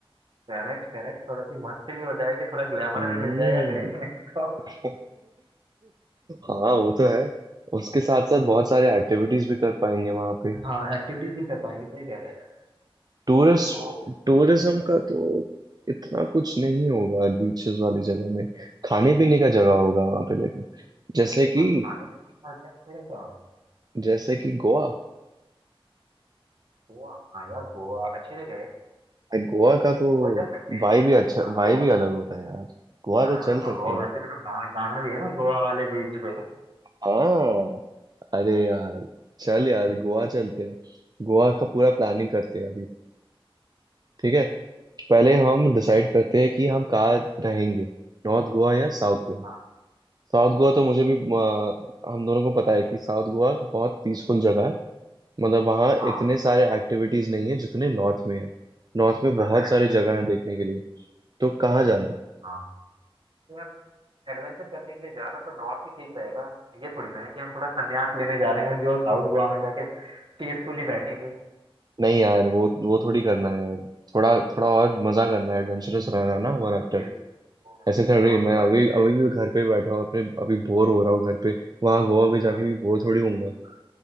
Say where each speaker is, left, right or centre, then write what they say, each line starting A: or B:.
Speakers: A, on the right; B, on the right.
A: करेक्ट करेक्ट थोड़ा सी मस्ती भी हो जाएगी थोड़ा ग्लैमर
B: हम्म
A: भी मिल जाएगा देखने को
B: <laughs> हाँ वो तो है उसके साथ साथ बहुत सारे एक्टिविटीज भी कर पाएंगे वहां पे।
A: हाँ एक्टिविटीज भी कर पाएंगे सही कह रहे हैं यार
B: टूरिस्ट
A: तो
B: टूरिज्म का तो इतना कुछ नहीं होगा बीचेस वाली जगह में खाने पीने का जगह होगा वहां पे लेकिन जैसे कि
A: हाँ खाने पीने का हो जाएगा थोड़ा सा
B: जैसे कि गोवा
A: गोवा हाँ यार गोवा अच्छी जगह है
B: गोवा का तो
A: गोवा चल सकते हैं।
B: वाइब भी अच्छा
A: हाँ
B: वाइब
A: गोवा
B: भी अलग होता है यार गोवा
A: हाँ
B: तो चल सकते
A: गोवा
B: हैं
A: वैसे भी तो गाना गाना भी है ना गोवा वाले बीच पे
B: हाँ अरे यार चल यार गोवा चलते हैं गोवा का पूरा प्लानिंग करते हैं अभी ठीक है पहले हम डिसाइड
A: बिल्कुल,
B: करते हैं कि हम कहाँ रहेंगे नॉर्थ गोवा या साउथ गोवा
A: हाँ
B: साउथ गोवा तो मुझे भी अ, हम दोनों को पता है कि साउथ गोवा बहुत पीसफुल जगह है मतलब वहाँ
A: हाँ
B: इतने सारे एक्टिविटीज नहीं है जितने नॉर्थ में है नॉर्थ में बहुत
A: हाँ करेक्ट
B: सारी जगह है देखने के लिए तो कहाँ जाना है
A: करेक्ट तो यार एडवेंचर करने के लिए जा रहे हैं तो नॉर्थ ही ठीक रहेगा ये थोड़ी ना है कि हम थोड़ा संन्यास लेने जा रहे हैं जो साउथ गोवा में जाके पीसफुली बैठेंगे
B: नहीं यार वो वो थोड़ी करना है यार थोड़ा थोड़ा और मजा करना है एडवेंचरस रहना है ना हमारा ट्रिप
A: बिल्कुल तो
B: ऐसे थोड़ी
A: नॉर्थ
B: मैं
A: गोवा
B: अभी
A: ठीक रहेगा
B: अभी भी घर पे बैठा हूँ अपने अभी बोर हो रहा हूँ घर पे वहाँ गोवा भी
A: हाँ
B: जाके भी बोर थोड़ी होऊंगा